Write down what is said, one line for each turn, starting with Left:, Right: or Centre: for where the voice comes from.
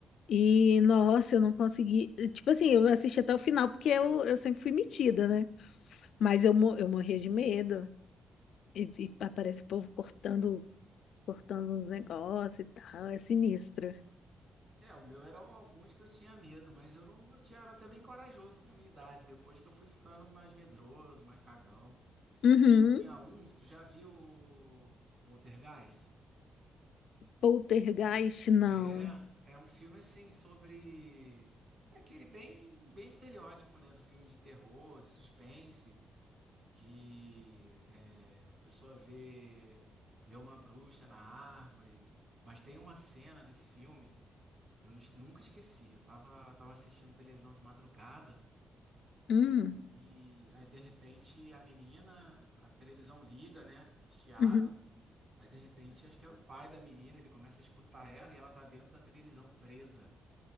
Left: e, nossa, eu não consegui. Tipo assim, eu assisti até o final porque eu, eu sempre fui metida, né? Mas eu, mo- eu morria de medo. E, e aparece o povo cortando, cortando uns negócios e tal, é sinistro.
Right: É, o meu eram alguns que eu tinha medo, mas eu não, eu tinha, era até bem corajoso pra minha idade, depois que eu fui ficando mais medroso, mais cagão.
Left: Uhum.
Right: Tinha um, tu já viu o Poltergeist?
Left: Poltergeist, não.
Right: É, é um filme assim sobre é aquele bem bem estereótipo, né, do filme de terror, de suspense, que é, a pessoa vê vê uma bruxa na árvore, mas tem uma cena desse filme, eu nu- nunca esqueci. Eu tava tava assistindo televisão de madrugada
Left: Hum,
Right: e aí de repente a menina, a televisão liga, né, chiado.
Left: uhum.
Right: Aí de repente acho que era o pai da menina, ele começa a escutar ela e ela tá dentro da televisão presa.